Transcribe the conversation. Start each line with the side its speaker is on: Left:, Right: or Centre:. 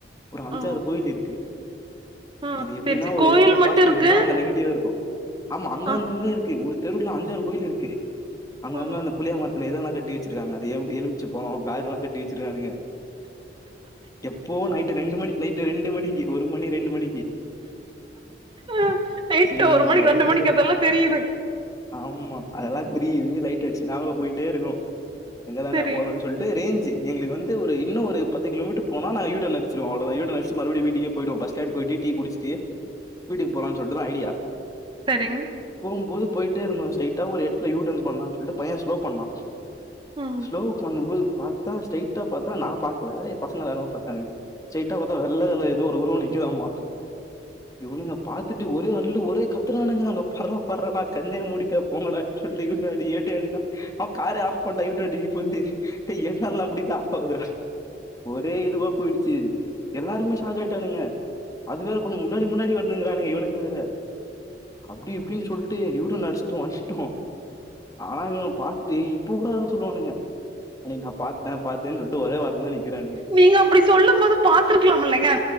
Left: ஒரு அஞ்சாறு
Right: ஆ
Left: கோயிலிருக்கு
Right: ஆ
Left: அது எப்டின்னா
Right: சரி சரி
Left: ஒரு
Right: கோயில்
Left: எடத்துல
Right: மட்டு
Left: பாசிட்டிவ்
Right: இருக்கு
Left: இருந்தா அங்க நெகட்டீவு இருக்கு ஆமா அங்க
Right: ஆ
Left: அங்க அங்க இருக்கு ஒரு தெருவுல அஞ்சாறு கோயிலிருக்கு அங்கங்க
Right: ஓ
Left: அந்த புளிய மரத் துல இதெல்லா கட்டி வெச்சிருக்காங்க அந்த எம்ட்டு எலுமிச்ச பழோ பேக் எல்லா கட்டி வெச்சிருக்கானுக எப்போ நைட்டு ரெண்டு மணி நைட்டு ரெண்டு மணிக்கு ஒரு மணி ரெண்டு மணிக்கு
Right: ஆ நைட்டு
Left: சேரி
Right: மணிக்கு
Left: ஒரு
Right: ரெண்டு
Left: மணி
Right: மணிக்கு
Left: ரெண்
Right: அதெல்லா தெரியுது
Left: ஆம்மா அதெல்லா புரியிது லைட்டா அடிச்ட்டு நாங்களு போய்ட்டே இருக்கோ எங்க தான்டா
Right: சரிங்
Left: போறோன் சொல்ட்டு ரேஞ்சி எங்களுக்கு வந்து ஒரு இன்னு ஒரு பத்து கிலோமீட்ரு போனா நாங்க யூ டர்ன் அடிச்சிருவோ அவ்ளோ தா யூ டர்ன் அடிச்ட்டு மறுபடி வீட்டுக்கே போய்டுவோ பஸ் ஸ்டாண்ட் போய்ட்டு டீ குடிச்ட்டு வீட்டுக்கு போலான் சொல்ட்டு தா ஐடியா
Right: சரிங்
Left: போயி போய்ட்டே இருந்தோ ஸ்ட்ரெய்ட்டா ஒரு எடத்துல யூ டர்ன் பண்ணலான் சொல்ட்டு பைய ஸ்லோ பண்ணா
Right: ம்
Left: ஸ்லோ பண்ணும்போது பாத்தா ஸ்ட்ரெய்ட்டா பாத்தா நா பாக்ல எ பசங்கள எல்லார்மே பாத்தாங்க ஸ்ட்ரெய்ட்டா பாத்த வெள்ள கல து ஒரு உருவோ நிக்குதாமா இவுனுங்க பாத்துட்டு ஒரே அல்லு ஒரே கத்தரானுங்க அங்க பார்ரா பார்ரானா கண்ணே மூடிட்டா போங்கடா சொல்ட்டு யூ டனு அடி ஏ டனு அடின்னா அவ காரே ஆஃப் பண்ட்டா யூ டன் அடிக்க மாட்ட டே என்னால் நா முடிட்ரு ஆஃப் ஆவுதுடா ஒரே இதுவா போயிடுச்சி எல்லாருமே ஷாக் ஆய்ட்டானுங்க அது வேற கொஞ்ச முன்னாடி முன்னாடி வர்துங்கிறானுங்க இவுனுங் வேற அப்டி இப்டினு சொல்ட்டு யூ டர்ன் அடிச்ட்டு வந்ட்டோ ஆனா இவனுங் பாத்துட்டு இப்ப கூட அதா சொல்வானுங்க அன்னிக் நா பாத் தே பாத்தே சொல்ட்டு ஒரே வாரத் தா நிக்கிறானுங்க
Right: நீங்க அப்டி சொல்லும் போது பாத்துருக்கலாமில்லைங்க